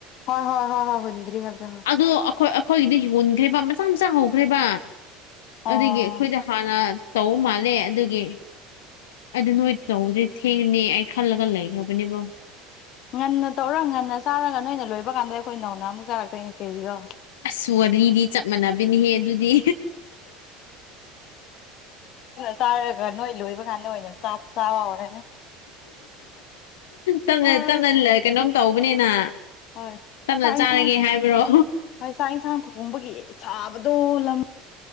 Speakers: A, on the left; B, on the left.
A: ꯍꯥ ꯍꯥ ꯍꯥ ꯍꯥꯍꯨꯟꯗ꯭ꯔꯤ ꯍꯥꯏꯕꯗꯣ ꯍꯣꯏ
B: ꯑꯗꯨ ꯑꯩꯈꯣꯏ ꯑꯩꯈꯣꯏꯒꯤꯗꯤ ꯍꯨꯟꯈ꯭ꯔꯤꯕ ꯃꯆꯥ ꯃꯆꯥ ꯍꯧꯈ꯭ꯔꯦꯕ
A: ꯑꯣ
B: ꯑꯗꯨꯒꯤ ꯑꯩꯈꯣꯏꯗ ꯍꯥꯟꯅ ꯇꯧ ꯃꯥꯜꯂꯦ ꯑꯗꯨꯒꯤ ꯑꯗꯨ ꯅꯣꯏ ꯇꯧꯕꯗꯤ ꯊꯦꯡꯉꯅꯤ ꯑꯩ ꯈꯜꯂꯒ ꯂꯩꯈ꯭ꯔꯕꯅꯦꯕꯣ
A: ꯉꯟꯅ ꯇꯧꯔ ꯉꯟꯅ ꯆꯥꯔꯒ ꯅꯣꯏꯅ ꯂꯣꯏꯕ ꯀꯥꯟꯗ ꯑꯩꯈꯣꯏ ꯅꯧꯅ ꯑꯃꯨꯛ ꯆꯥꯔꯛꯇꯣꯏꯅꯦ ꯀꯦꯔꯤꯔꯣ
B: ꯑꯁ ꯋꯥꯔꯤꯗꯤ ꯆꯞ ꯃꯥꯟꯅꯕꯤꯅꯤꯍꯦ ꯑꯗꯨꯗꯤ
A: ꯆꯥꯔꯛꯒ ꯅꯣꯏ ꯂꯣꯏꯕ ꯀꯥꯟꯗ ꯑꯣꯏꯅ ꯆꯥꯛ ꯆꯥꯥꯎꯔꯅꯤ
B: ꯇꯞꯅ
A: ꯑꯁ
B: ꯇꯞꯅꯥ ꯂ ꯀꯩꯅꯣꯝ ꯇꯧꯕꯅꯤꯅ
A: ꯍꯣꯏ
B: ꯇꯞꯅ
A: ꯆꯥꯛ
B: ꯆꯥꯔꯒꯦ
A: ꯏꯟꯁꯥꯡ
B: ꯍꯥꯏꯕ꯭ꯔꯣ
A: ꯍꯣꯏ ꯆꯥꯛ ꯏꯟꯁꯥꯡ ꯊꯣꯡ ꯑ‌‌ꯣꯝꯕꯒꯤ ꯁꯥꯕꯗꯣ ꯂꯪ